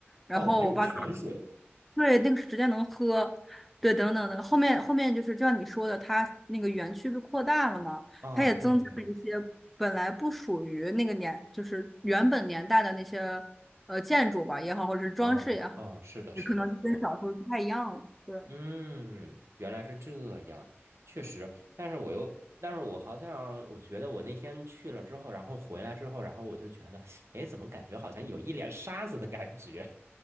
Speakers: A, in the centre; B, on the right.
A: 然后我爸跟我，
B: 哦，还有泉水。
A: 对，那个是直接能喝，对，等等的。后面后面就是就像你说的，它那个园区就扩大了嘛，
B: 啊，
A: 它也增加了一些本来不属于那个年，
B: 对对，
A: 就是原本年代的那些呃建筑吧也好，或者是装饰也好，
B: 哦哦，是的，是的，
A: 可能跟小时候不太一样了，
B: 是的，
A: 对。
B: 嗯，原来是这样，确实，但是我又，但是我好像，我觉得我那天去了之后，然后回来之后，然后我就觉得，哎，怎么感觉好像有一脸沙子的感觉？